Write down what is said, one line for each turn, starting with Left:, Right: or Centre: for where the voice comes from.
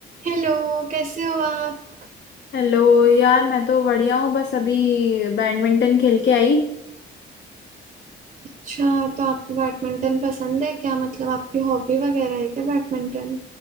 Right: हेलो कैसे हो आप
Left: Hello यार मैं तो बढ़िया हूँ बस अभी बैडमिंटन खेल के आई
Right: अच्छा तो आपको बैडमिंटन पसंद है क्या मतलब आपकी हॉबी वगैरह है क्या बैडमिंटन